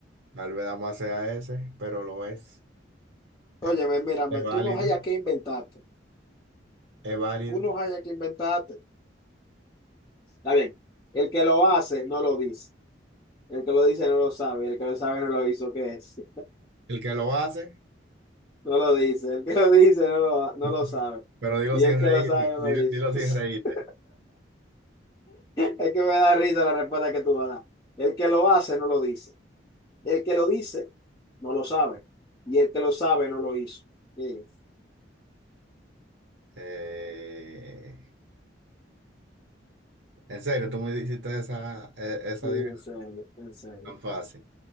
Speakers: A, on the right; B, on the left.
A: Tal vez más sea ese, pero lo es. Entonces,
B: Óyeme, mírame,
A: Es válido,
B: tú no hayas que inventarte.
A: es válido.
B: Tú no hayas que inventarte. Está bien. El que lo hace no lo dice. El que lo dice no lo sabe. El que lo sabe no lo hizo. ¿Qué es?
A: El que lo hace,
B: No lo dice, el que lo dice no lo, no
A: <laughs>
B: lo sabe.
A: pero dilo
B: Y
A: sin
B: el que
A: reírte,
B: lo sabe no lo
A: dilo,
B: dice.
A: dilo sin
B: <laughs>
A: reírte.
B: Es que me da risa la respuesta que tú vas a dar. El que lo hace no lo dice. El que lo dice no lo sabe. Y el que lo sabe no lo hizo. Sí,
A: Eh, en serio, tú me hiciste esa, e- esa
B: sí,
A: adivinanza
B: en serio, en serio.
A: tan fácil,